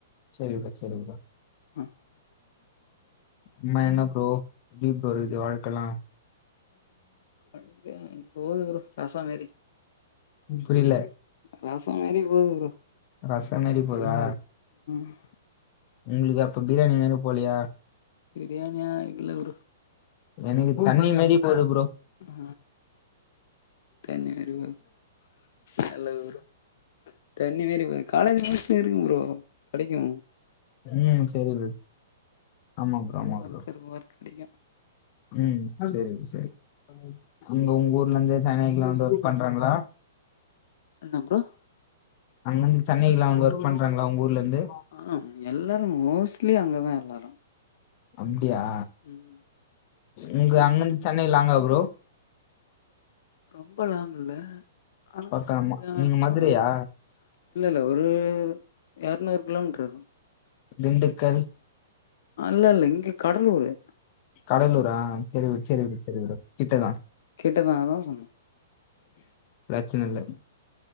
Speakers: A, on the left; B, on the left.
A: செரிங்கா சேரிங்கா
B: ஆ
A: அம்மா என்ன ப்ரோ <unintelligible> வாழ்க்கை ப்ரோ இருக்குது வாழ்க்கலாம்
B: <unintelligible> போது ப்ரோ ரசொ மேறி
A: புரியில்ல
B: ரசொ மாறி போது ப்ரோ
A: ரசொ மாறி போதா
B: ஆ
A: உங்குளுக்கு அப்ப பிராணி மாரி போலையா
B: பிரியாணியா இல்ல ப்ரோ
A: எனக்கு தண்ணி மாறியை போது ப்ரோ
B: ஆ தண்ணி மேரி போது நல்லது ப்ரோ தண்ணி மாரி போது காலேஜ் <unintelligible> தெரியு ப்ரோ கெடைக்கூ
A: ம் செரி ப்ரோ ஆமா ப்ரோ ஆமா
B: ஒர்க்
A: ப்ரோ
B: இருக்கு ஒர்க் கெடைக்கூ
A: ம் செரி ப்ரோ செரி ப்ரோ அங்க உங்க ஊர்ல இருந்தே ஜநங்கல்லா வந்து ஒர்க் பண்றாங்களா
B: என்ன ப்ரோ
A: அங்கருந்து சென்னை எல்லா வந்து ஒர்க் பண்றாங்களா உங்க ஊர்லந்து
B: ஆ எல்லாரு மோஸ்ட்லி அங்கதா எல்லாரு
A: அப்டியா
B: ம் சென்னை
A: உங்க அங்கந்து
B: தா
A: சென்னை லாங்கா ப்ரோ
B: ரொம்ப லாங் இல்ல ஆனா
A: பக்கமா
B: கொஞ்சொ
A: நீங்க மதுரையா
B: அ இல்ல இல்ல ஒரு எர்நூறு கிலோமீட்டர் இருக்கூ
A: திண்டுக்கல்
B: அல்ல அல்ல இங்க கடலூர்ரு
A: கடலூரா சரி விடு சரி விடு சரி விடு கிட்டதா
B: கிட்டதா அதா சொன்னே
A: பிரச்சன இல்ல